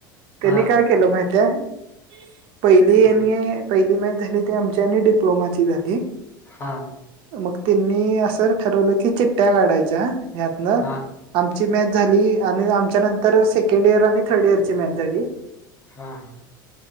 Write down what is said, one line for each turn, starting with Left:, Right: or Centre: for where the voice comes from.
Right: त्यांनी
Left: हा
Right: काय केलं माहिती हाय? पहिली
Left: हा
Right: पहिली मॅच झाली त आमच्या डिप्लोमाची झाली
Left: हा.
Right: मग त्यांनी असं ठरवलं की चिट्ट्या काढायच्या ह्यातन
Left: हा
Right: आमची मॅच झाली आणि आमच्या नंतर सेकंड इयर आणि थर्ड इयर ची मॅच झाली
Left: हा‌ हा.